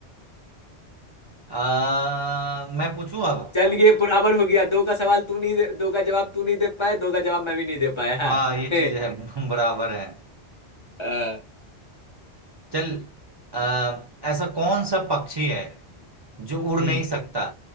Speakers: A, on the right; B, on the left.
A: आ, मैं पूछूं अब
B: चल ये बराबर हो गया दो का सवाल तू नहीं दे दो का जवाब तू नहीं दे पाया दो का जवाब मैं भी नहीं दे पाया
A: हाँ
B: <laughs>
A: ये
B: हे,
A: चीज है <laughs> बराबर है
B: अ,
A: चल आ, ऐसा कौन सा पक्षी है जो उड़
B: हम्म
A: नहीं सकता